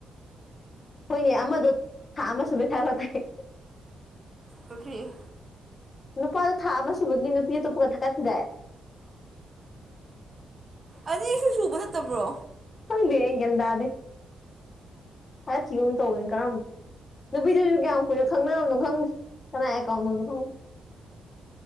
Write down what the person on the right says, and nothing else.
ꯐꯔꯤ
ꯑꯁꯨ ꯁꯨꯕ ꯅꯠꯇꯕ꯭ꯔꯣ